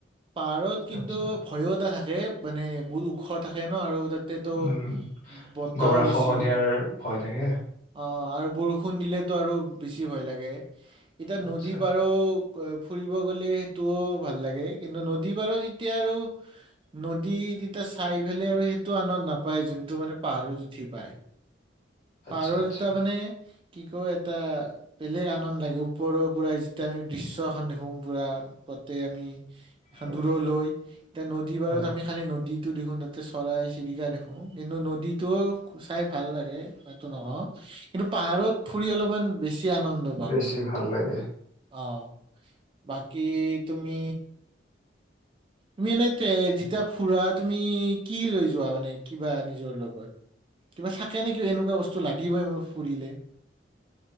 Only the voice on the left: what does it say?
আচ্ছা
উম
গৰা
খহনীয়াৰ ভয় থাকে
আচ্ছা
আচ্ছা
আচ্ছা
হয়
হয়
বেছি
ভাল লাগে